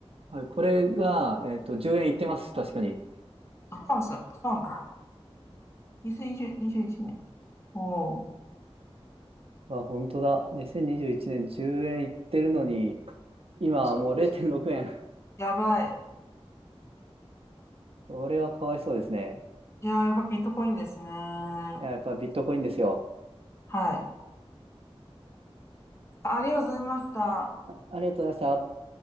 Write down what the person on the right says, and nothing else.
はい。これが、えーっと、10円行ってます。確かに。
あ、本当だ。2021年10円行ってるのに、今はもう0.6円。
これはかわいそうですね。
いや、やっぱビットコインですよ。
あ、ありがとうございました。